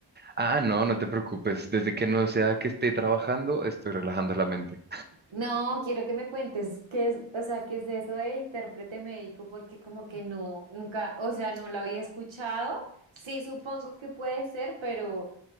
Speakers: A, on the right (about 25°); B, on the right (about 80°).
A: Ah, no, no te preocupes. Desde que no sea que esté trabajando, estoy relajando la mente.
B: No, <laughs> quiero que me cuentes qué es, o sea, qué es eso de intérprete médico, porque como que no, nunca, o sea, no lo había escuchado. Sí, supongo que puede ser, pero